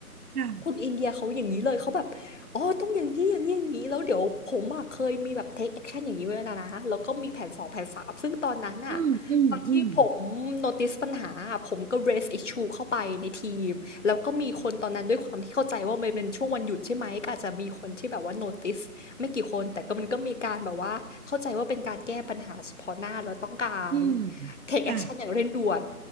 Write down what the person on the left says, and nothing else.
คนอินเดียเขาอย่างนี้เลยเขาแบบอ๋อต้องอย่างนี้อย่างนี้อย่างนี้แล้วเดี๋ยวผมอะเคยมีแบบเทคแอคชั่นอย่างนี้ไว้แล้วนะแล้วก็มีแผนสองแผนสามซึ่งตอนนั้นน่ะ
ตอนที่ผม notice ปัญหาอะผมก็ raise issue เข้าไปในทีมแล้วก็มีคนตอนนั้นด้วยความที่เข้าใจว่ามันเป็นช่วงวันหยุดใช่ไหมก็อาจจะมีคนที่แบบว่า notice ไม่กี่คนแต่ก็มันก็มีการแบบว่าเข้าใจว่าเป็นการแก้ปัญหาเฉพาะหน้าแล้วต้องการ
take
action อย่างเร่งด่วน